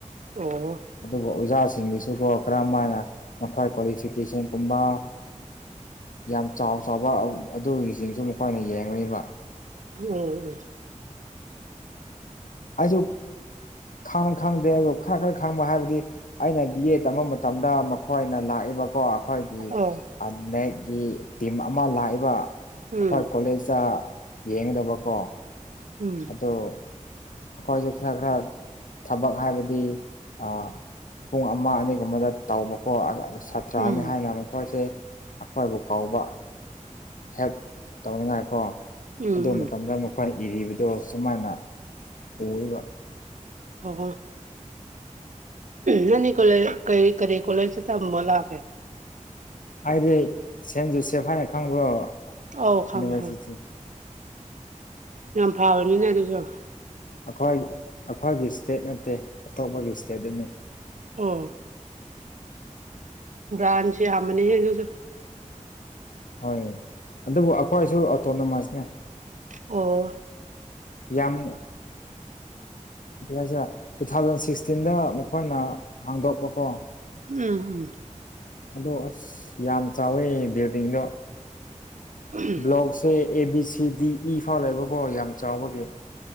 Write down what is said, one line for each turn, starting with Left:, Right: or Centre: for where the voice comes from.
Right: ꯑꯣ
Left: ꯑꯗꯨꯒ ꯑꯣꯖꯥꯁꯤꯡꯒꯤꯁꯨꯒꫭ ꯀꯔꯝ ꯍꯥꯏꯅ ꯃꯈꯣꯏ ꯀ꯭ꯋꯥꯂꯤꯐꯤꯀꯦꯁꯟꯒꯨꯝꯕ ꯌꯥꯝ ꯆꯥꯎ ꯑ ꯑꯕꯥꯛ ꯑꯗꯨꯒꯤꯁꯤꯡꯁꯨ ꯃꯈꯣꯏꯅ ꯌꯦꯡꯉꯕ
Right: ꯎꯝ ꯎ
Left: ꯑꯩꯁꯨ ꯈꯪꯅ ꯈꯪꯗꯦ ꯑ ꯈꯔ ꯈꯔ ꯈꯪꯕ ꯍꯥꯏꯕꯗꯤ ꯑꯩꯅ ꯕꯤ ꯑꯦ ꯇꯃꯝꯕ ꯃꯇꯝꯗ ꯃꯈꯣꯏꯅ ꯂꯥꯛꯏꯕꯀꯣ ꯑꯈꯣꯏ
Right: ꯑꯣ
Left: ꯑꯅꯦꯒꯤ ꯇꯤꯝ ꯑꯃ ꯂꯥꯛꯏꯕ ꯑꯩꯈꯣꯏ
Right: ꯎꯝ
Left: ꯀꯣꯂꯦꯖꯇ ꯌꯦꯡꯒꯗꯕꯀꯣ
Right: ꯎꯝ
Left: ꯑꯗꯨ ꯑꯩꯈꯣꯏꯁꯦ ꯈꯔ ꯈꯔ ꯊꯕꯛ ꯍꯥꯏꯕꯗꯤ ꯑ ꯄꯨꯡ ꯑꯃ ꯑꯅꯤꯒꯨꯝꯕꯗ ꯇꯧꯕꯀꯣ ꯑ ꯑꯁ ꯆꯥꯔꯅꯤ
Right: ꯎꯝ
Left: ꯍꯥꯏꯅ ꯃꯈꯣꯏꯁꯦ ꯑꯩꯈꯣꯏꯕꯨ ꯀꯧꯕꯥꯎꯕ ꯍꯦꯜꯞ ꯇꯧꯅꯤꯡꯉꯥꯏꯀꯣ
Right: ꯎꯝ
Left: ꯑꯗꯨ
Right: ꯎꯝ
Left: ꯃꯇꯝꯗ ꯑꯃꯨꯛ ꯑꯩꯈꯣꯏꯅ ꯏꯔꯤꯕꯗꯣ ꯁꯨꯃꯥꯏꯅ ꯑꯣꯏꯕ
Right: ꯍꯣ-ꯍꯣꯏ ꯅꯪꯅꯤ ꯀꯣ ꯂꯩ ꯀꯔꯤ ꯀꯔꯤ ꯀꯣ ꯂꯩꯁꯦ ꯇꯝꯕ ꯂꯥꯛꯀꯦ
Left: ꯑꯩꯗꯤ ꯁꯦꯟ ꯖꯨꯁꯦꯐ ꯍꯥꯏꯅ ꯈꯪꯕ꯭ꯔꯣ
Right: ꯑꯧ ꯈꯪꯉꯦ
Left: ꯌꯨꯅꯤꯚꯔꯁꯤꯇꯤ
Right: ꯈꯪꯉꯦ ꯌꯥꯝ ꯐꯥꯕꯅꯤꯅꯦ ꯑꯗꯨꯁꯨ
Left: ꯑꯩꯈꯣꯏ ꯑꯩꯈꯣꯏꯒꯤ ꯏꯁꯇꯦꯠ ꯅꯠꯇꯦ ꯑꯇꯣꯞꯄꯒꯤ ꯏꯁꯇꯦꯠ ꯗꯅꯤ
Right: ꯑꯣ ꯕ꯭ꯔꯥꯟꯁꯨ ꯌꯥꯝꯃꯅꯤ ꯑꯗꯨꯁꯨ
Left: ꯍꯣꯏ ꯑꯗꯨꯕꯨ ꯑꯩꯈꯣꯏꯁꯨ ꯑꯣꯇꯣꯅꯣꯃꯁꯅꯦ
Right: ꯑꯣ
Left: ꯌꯥꯝꯃꯨ ꯔꯥꯖꯥ ꯇꯨ ꯊꯥꯎꯖꯟ ꯁꯤꯛꯁꯇꯤꯟꯗ ꯃꯈꯣꯏꯅ ꯍꯥꯡꯗꯣꯛꯄꯀꯣ
Right: ꯎꯝ ꯎꯝ
Left: ꯑꯗꯣ ꯑꯁ ꯌꯥꯝ ꯆꯥꯎꯋꯦ ꯕꯤꯜꯗꯤꯡꯗꯣ
Right: ꯎꯝ
Left: ꯕ꯭ꯂꯣꯛꯁ ꯁꯦ ꯑꯦ ꯕꯤ ꯁꯤꯗꯤ ꯏ ꯐꯥꯎ ꯂꯩꯕꯀꯣ ꯌꯥꯝ ꯆꯥꯎꯕꯒꯤ